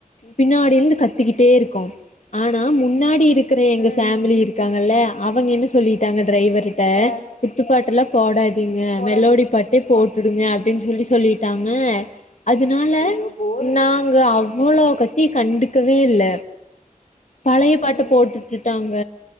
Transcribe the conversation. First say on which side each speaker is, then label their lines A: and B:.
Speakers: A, on the left; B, on the left.
A: பின்னாடி இருந்து கத்திகிட்டே இருக்கோ ஆனா முன்னாடி இருக் குற எங்க
B: ம்
A: ஃபேமிலி இருக்காங்கல்ல அவங்க என்ன சொல்லிட்டாங்க டிரைவர்ட்ட
B: ஆ
A: குத்துப்பாட்டுலா போடாதீங்க
B: போடாதீங்க
A: மெலோடி பாட்டே போட்டுடுங்க அப்டின் சொல்லி சொல்லிட்டாங்க அதுனால
B: ஐயோ போரு
A: நாங்க அவ்வளோ கத்தி கண்டுக்கவேல்ல பழய பாட்ட
B: ம்
A: போட்டுட்டுட்டாங்க